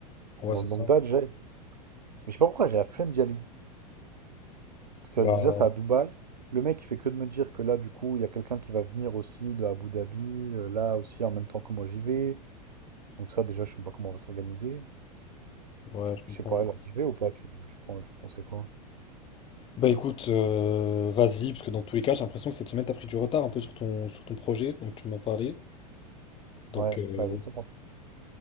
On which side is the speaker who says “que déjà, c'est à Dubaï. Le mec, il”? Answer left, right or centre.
Right